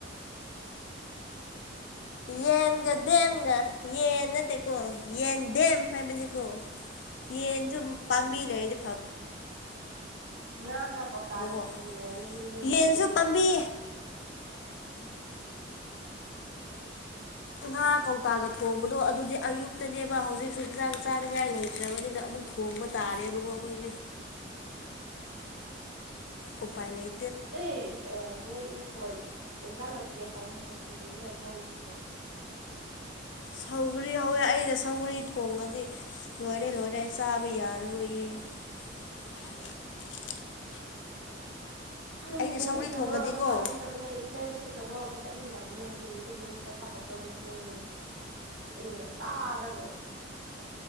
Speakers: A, on the left; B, on the right.
A: ꯌꯦ ꯌꯦꯟꯒ ꯗꯦꯝꯒ ꯌꯦꯟ ꯅꯠꯇꯦꯀꯣ ꯌꯦꯟ ꯗꯦꯝ ꯍꯥꯏꯕꯅꯤꯀꯣ꯫ ꯌꯦꯟꯁꯨ ꯄꯥꯝꯕꯤ ꯂꯩꯔꯗꯤ ꯐ
B: ꯉꯥ ꯀ ꯀꯧꯇꯥꯒ
A: ꯐꯕꯀꯣ
B: ꯊꯣꯡꯃꯤꯟꯅꯔꯦ ꯑꯗꯨꯅꯤ ꯅꯪꯅ
A: ꯌꯦꯟꯁꯨ
B: ꯍꯥꯏꯅꯤꯡꯉꯤꯁꯦ꯫
A: ꯄꯥꯝꯕꯤ ꯉꯥ ꯀꯧꯇꯥꯒ ꯊꯣꯡꯕꯗꯣ ꯑꯗꯨꯗꯤ ꯑꯌꯨꯛꯇꯅꯦꯕ ꯍꯧꯖꯤꯛꯁꯨ ꯌꯦꯟꯖꯥꯡ ꯆꯥꯅꯤꯡꯉꯥꯏ ꯂꯩꯇ꯭ꯔꯕꯅꯤꯅ ꯑꯃꯨꯛ ꯊꯣꯡꯕ ꯇꯥꯔꯦꯕꯀꯣ ꯑꯈꯣꯏꯁꯦ꯫ ꯎꯄꯥꯏ ꯂꯩ
B: ꯅꯣꯏ ꯑ ꯅꯣꯏ ꯏꯪꯈꯣꯟ ꯌꯦꯟꯖꯥꯡ ꯅꯥꯄꯤ ꯑꯐ ꯑꯐꯕ ꯄꯦꯀꯦꯠ ꯃꯌꯥꯝ ꯍꯧꯗꯨꯕꯣ꯫
A: ꯁꯧꯒ꯭ꯔꯤ ꯍꯧꯋꯦ ꯑꯩꯅ ꯁꯧꯒ꯭ꯔꯤ ꯊꯣꯡꯉꯡꯑꯗꯤ ꯂꯣꯏꯔꯦ-ꯂꯣꯏꯔꯦ ꯆꯥꯕ ꯌꯥꯔꯔꯣꯏꯌꯦ꯫ <unintelligible>
B: ꯍꯥ
A: ꯑꯩꯅ
B: ꯂꯥꯏꯔꯤꯛꯇ
A: ꯁꯧꯒ꯭ꯔꯤ ꯊꯣꯡꯉꯗꯤꯀꯣ
B: ꯃꯔꯣ ꯑꯃ ꯄꯥꯅꯤꯡꯗꯕꯅꯦ ꯏꯟꯇꯔꯟꯁꯤꯞꯅ ꯃꯔꯣꯟ ꯑꯃ ꯆꯠꯅꯤꯡꯗꯕꯅꯦ ꯍꯌꯦꯡꯗꯒꯤ ꯑꯃꯨꯛ ꯆꯠ ꯄ ꯍꯧꯗꯧꯔꯤꯦ ꯄꯨꯡ ꯑꯌꯨꯛ ꯉꯟꯇꯥꯒ ꯑꯃꯨꯛ